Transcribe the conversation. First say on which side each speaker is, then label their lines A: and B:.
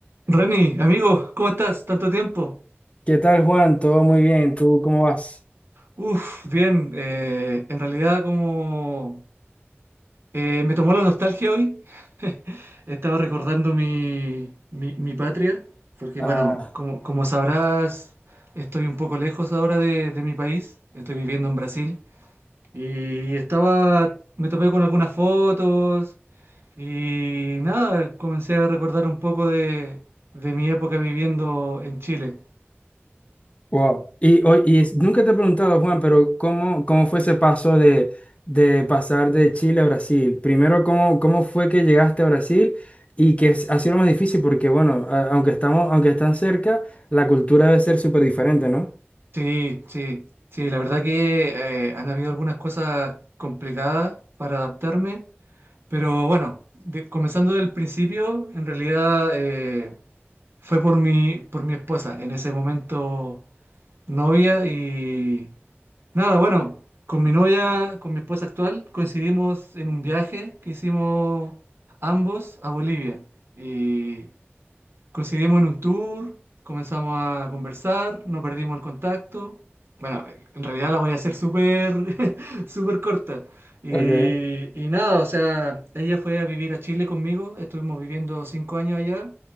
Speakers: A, on the right (about 60°); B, on the left (about 30°).
A: Reni, amigo, ¿cómo estás? Tanto tiempo.
B: ¿Qué tal, Juan? Todo muy bien. ¿Tú cómo vas?
A: Uf, bien. eh, en realidad, como eh, me tomó la nostalgia hoy, estaba recordando mi, mi, mi patria, porque
B: Ah,
A: bueno, como, como sabrás, estoy un poco lejos ahora de, de mi país, estoy viviendo en Brasil, y estaba, me topé con algunas fotos y nada, comencé a recordar un poco de, de mi época viviendo en Chile.
B: wow. Y, o- y es- nunca te he preguntado, Juan, pero ¿cómo, cómo fue ese paso de, de pasar de Chile a Brasil? Primero, ¿cómo, cómo fue que llegaste a Brasil y que ha sido lo más difícil? Porque, bueno, a- aunque estamos, aunque están cerca, la cultura debe ser súper diferente, ¿no?
A: Sí, sí, sí, la verdad que eh, han habido algunas cosas complicadas para adaptarme, pero bueno, de- comenzando del principio, en realidad eh, fue por mi, por mi esposa, en ese momento novia y nada, bueno, con mi novia, con mi esposa actual, coincidimos en un viaje que hicimos ambos a Bolivia y. Coincidimos en un tour, comenzamos a conversar, no perdimos el contacto. Bueno, en realidad la voy a hacer súper, <laughs> súper corta. Y,
B: Okay.
A: y nada, o sea, ella fue a vivir a Chile conmigo, estuvimos viviendo cinco años allá